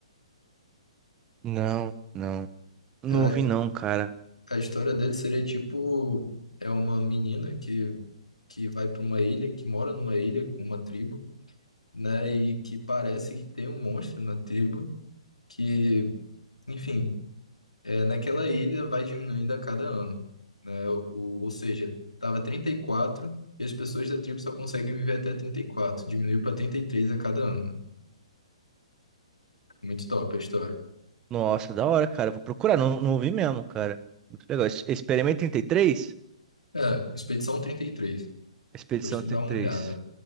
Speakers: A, on the right; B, on the left.
A: Não, não. Não
B: A,
A: ouvi não, cara.
B: a história dele seria tipo, é uma menina que, que vai para uma ilha, que mora numa ilha com uma tribo, né? E que parece que tem um monstro na tribo, que, enfim, é, naquela ilha vai diminuindo a cada ano, né? O, ou seja, estava trinta e quatro e as pessoas da tribo só conseguem viver até 34. diminuiu para 33 a cada ano. Muito top a história.
A: Nossa, da hora, cara. Vou procurar. Não, não ouvi mesmo, cara. Muito legal. Ex- Experimento 33?
B: É, Expedição trinta e três.
A: Expedição
B: Depois tu
A: 33.
B: dá uma olhada.